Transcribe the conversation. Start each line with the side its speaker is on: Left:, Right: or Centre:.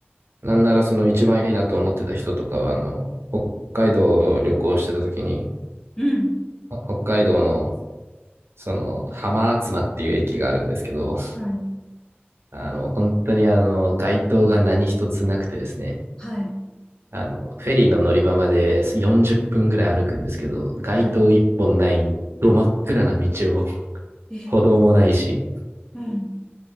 Right: なんなら、その一番いいなと思ってた人とかは、あの、北海道を旅行してた時に、
Left: うん。
Right: 北海道の、その、浜厚間っていう駅があるんですけど、
Left: はい。
Right: あの、本当にあの、街灯が何一つなくてですね、
Left: はい。
Right: あの、フェリーの乗り場まで40分ぐらい歩くんですけど、街灯一本ない、
Left: は
Right: ど真っ暗な道を、
Left: い。え、
Right: 歩道もないし、
Left: うん。